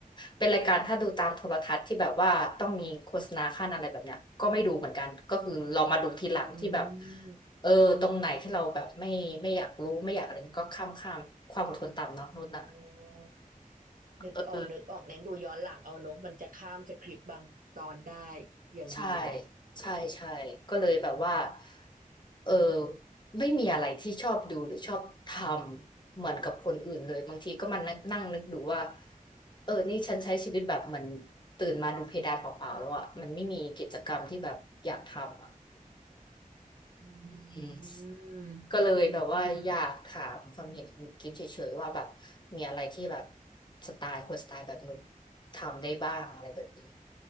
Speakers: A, on the left; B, on the right.
A: เป็นรายการถ้าดูตามโทรทัศน์ที่แบบว่าต้องมีโฆษณาขั้นอะไรแบบเนี้ยก็ไม่ดูเหมือนกันก็คือเรามาดูทีหลังที่แบบ
B: อืมอืม
A: เออตรงไหนที่เราแบบไม่ไม่อยากรู้ไม่อยากอะไรเงี้ยก็ข้ามข้ามความอดทนต่ำเนาะนุ่นน่ะ
B: อ๋อนึกออกนึกออกเน้นดูย้อนหลังเอาเนอะมันจะข้ามสคริปต์บางตอนได้อย่างดีเลย
A: เออ ใช่ใช่ใช่ก็เลยแบบว่าเออไม่มีอะไรที่ชอบดูหรือชอบทำเหมือนกับคนอื่นเลยบางทีก็มันงนั่งนึกดูว่าเออนี่ฉันใช้ชีวิตแบบเหมือนตื่นมาดูเพดานเปล่าๆแล้วอ่ะมันไม่มีกิจกรรมที่แบบอยากทำอ่ะ
B: อืม
A: อืมก็เลยแบบว่าอยากถามความเห็นคุณกิฟต์เฉยๆว่าแบบมีอะไรที่แบบสไตล์คนสไตล์แบบนุกทำได้บ้างอะไรแบบนี้